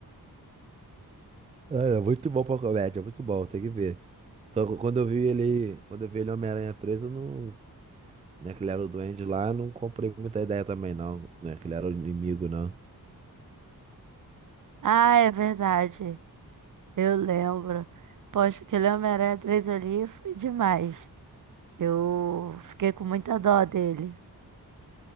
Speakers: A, on the right (about 20°); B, on the right (about 55°).
A: É, é muito bom pra comédia, é muito bom, tem que ver. Então, quando eu vi ele, quando eu vi ele Homem-Aranha 3 eu não, né, que ele era o duende lá, eu não comprei muita ideia também, não, né, que ele era o inimigo, não.
B: Ah, é verdade. Eu lembro. Poxa, aquele Homem-Aranha 3 ali foi demais. Eu fiquei com muita dó dele.